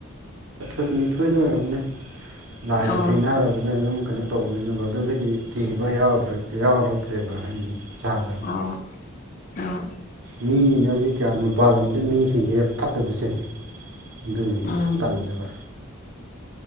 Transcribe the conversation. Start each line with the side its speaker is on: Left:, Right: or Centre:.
Right: ꯊꯣꯏ ꯀꯨꯟꯅꯤꯊꯣꯏꯗ ꯑꯣꯏꯔꯅꯤ‌ ꯂꯥꯏꯒ
Left: ꯑꯣ
Right: ꯊꯦꯡꯅꯔꯕꯅꯤ ꯑꯗꯨꯝ ꯀꯩꯅꯣ ꯇꯧꯕꯅꯤꯅꯀ‌ꫭ ꯑꯗꯨꯗꯒꯤ ꯀꯤꯕ ꯌꯥꯗ꯭ꯔ ꯌꯥꯎꯔꯛꯇ꯭ꯔꯦꯕ ꯍꯥꯏꯗꯤ ꯏꯁꯥꯗ
Left: ꯑꯣ ꯑꯣ
Right: ꯃꯤꯅꯤ ꯍꯧꯖꯤꯛ ꯀꯌꯥ ꯃꯄꯥꯟ ꯂꯝꯗ ꯃꯤꯁꯤꯡꯁꯦ ꯐꯠꯇꯕꯁꯦ ꯑꯗꯨꯒꯤꯅꯤ
Left: ꯎꯝ ꯑꯍꯝ
Right: ꯇꯜꯂꯦꯕ